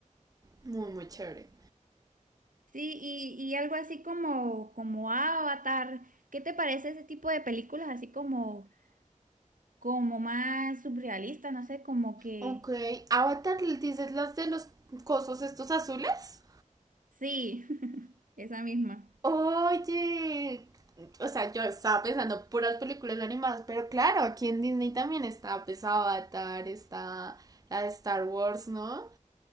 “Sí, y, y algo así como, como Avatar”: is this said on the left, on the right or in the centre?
Right